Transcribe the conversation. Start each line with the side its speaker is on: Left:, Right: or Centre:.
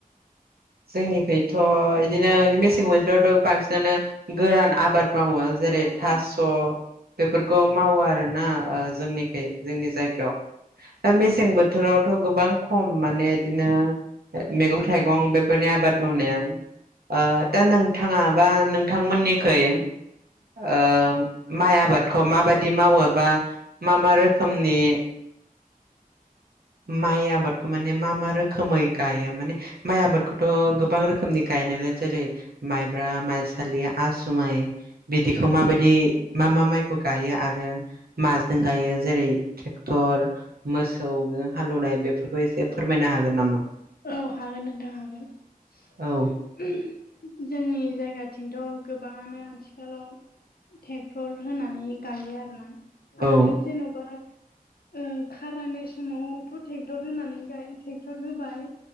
Right: जोंनिखैथ' बिदिनो मेसें बोथोरावथ' बांसिनानो गोरान आबाद मावो। जेरै
Left: औ औ
Right: थास' बेफोरखौ मावो आरोना ओ जोंनिखै जोंनि जायगायाव। दा मेसेें बो थोरावथ' गोबां खम माने बिदिनो मैगं थाइगं बेफोरनि आबाद मावनाया आ दा नोंथाङा बा नोंथांमोननिखै ओ माइ आबादखौ माबायदि मावो बा मा मा रोखोमनि माइ आबादखौ माने मा मा रोखोमै गायो माने माइ आबादखौथ' गोबां रोखोमनि गायो नालाय जेरै माइब्रा माइसालि आसुमाइ बिदिखौ माबायदि मा मा माइखौ गायो आरो माजों गायो जेरै ट्रे टर मोसौजों हालौनाय बेफोरखौ एसे फोरमायनो हागोन नामा?
Left: औ हागोन नोंथां हागोन।
Right: औ
Left: जोंनि जायगाथिंथ' गोबाङानो आथिखालाव ट्रेक्टर होनानै गायो आरो ना
Right: औ
Left: आरो जेन'बा ओ खारायनाय समावथ' ट्रेक्टर होनानै <unintelligible> ट्रेक्टर होबाय